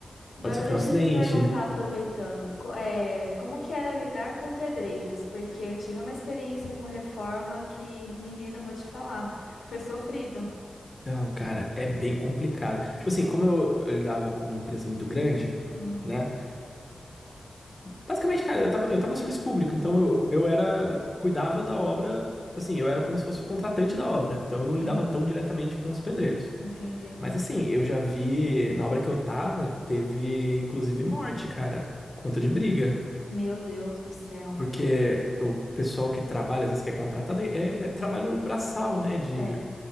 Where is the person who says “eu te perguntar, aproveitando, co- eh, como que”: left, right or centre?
Left